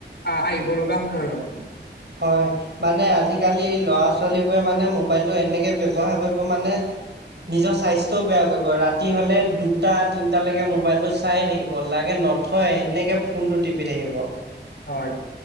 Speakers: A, on the left (about 65°); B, on the right (about 65°).
A: আ-আহিব লগা সময়ত।
B: হয়। মানে আজিকালি ল'ৰা-ছোৱালীবোৰে মানে মোবাইলটো এনেকে ব্যৱহাৰ কৰিব মানে নিজৰ স্বাস্থ্যও বেয়া কৰিব। ৰাতি হ'লে দুটা তিনিটালৈকে মোবাইলটো চায়ে থাকিব লাগে ন থ‌য় এনেক ফোনটো টিপি থাকিব।
A: হয়।